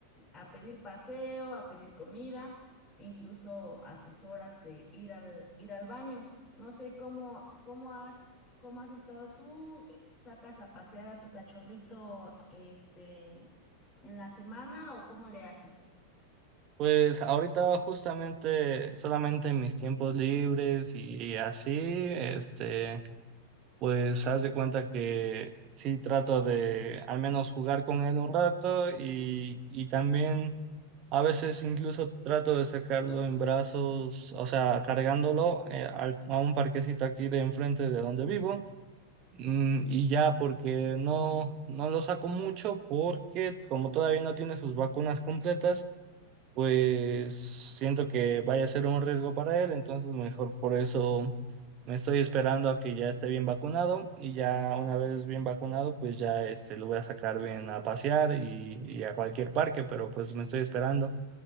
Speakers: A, on the left; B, on the right.
A: a pedir paseo, a pedir comida, incluso a sus horas de ir al, ir al baño. No sé cómo, cómo has, cómo has estado tú, sacas a pasear a tu cachorrito, este, en la semana o cómo le haces.
B: Pues ahorita justamente solamente en mis tiempos libres y así, este, pues haz de cuenta que sí trato de al menos jugar con él un rato y, y también a veces incluso trato de sacarlo en brazos, o sea, cargándolo eh, al- a un parquecito aquí de enfrente de donde vivo. Mm, Y ya, porque no, no lo saco mucho porque como todavía no tiene sus vacunas completas, pues siento que vaya a ser un riesgo para él, entonces mejor por eso me estoy esperando a que ya esté bien vacunado y ya una vez bien vacunado, pues ya este, lo voy a sacar bien a pasear y, y a cualquier parque, pero pues me estoy esperando.